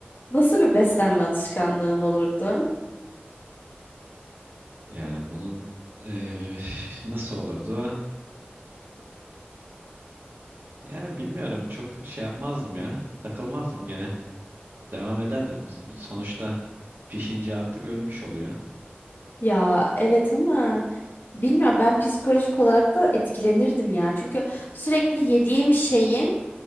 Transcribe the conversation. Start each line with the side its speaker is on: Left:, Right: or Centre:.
Left: Nasıl bir beslenme alışkanlığın olurdu?
Right: Yani bunun eee, nasıl olurdu? Yani bilmiyorum. Çok şey yapmazdım ya. Takılmazdım gene. Devam ederdim. Sonuçta pişince artık ölmüş oluyor.
Left: Ya evet ama bilmiyorum ben psikolojik olarak da etkilenirdim ya. Çünkü sürekli yediğim şeyin